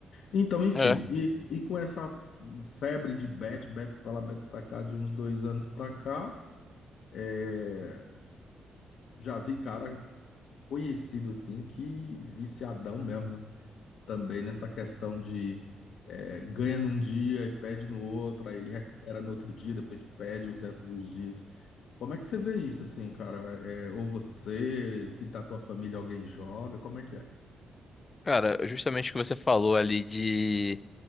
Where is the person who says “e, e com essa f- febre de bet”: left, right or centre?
Left